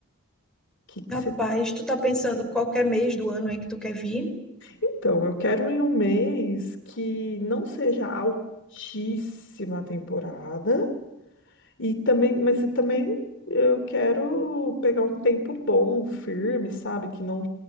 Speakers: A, on the left; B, in the centre.
A: O que que
B: Rapaz,
A: você
B: tu tá pensando qualquer mês do ano é que tu quer vir?
A: Então, eu quero em um mês que não seja altíssima a temporada e também, mas e também eu quero pegar um tempo bom, firme, sabe? Que não